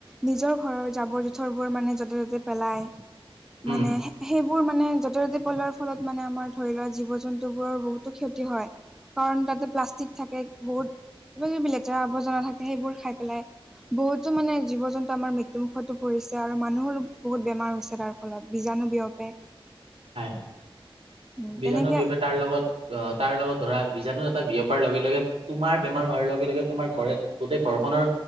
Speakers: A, in the centre; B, on the right (about 85°).
A: নিজৰ ঘৰৰ জাবৰ জোথৰ বোৰ মানে য'তে ত'তে পেলাই,
B: উম
A: মানে সেইবোৰ মানে য'তে ত'তি পলোৱাৰ ফলত মানে আমাৰ ধৰি লোৱা জীৱ জন্তু বোৰৰ বহুতো ক্ষতি হয়। কাৰণ তাতে প্লাষ্টিক থাকে বহুত কিবা কিবি লেতেৰা আৱৰ্জনা থাকে সেইবোৰ খাই পেলাই। বহুতো মানে জীৱ-জন্তু আমাৰ মৃত্যুমুখতো পৰিছে আৰু মানুহৰো বহুত বেমাৰ হৈছে, তাৰ লত, বিজাণু বিয়পে।
B: হ,
A: উম
B: বিজাণু
A: তেনেকে
B: বিয়পি তাৰ লগত। অ, তাৰ লগত ধৰা বিজাণু এটা বিয়পাৰ লগে লগে। তোমাৰ বেমাৰ হোৱাৰ লগে লগে তোমাৰ ঘৰে গোটেই ঘৰখনৰ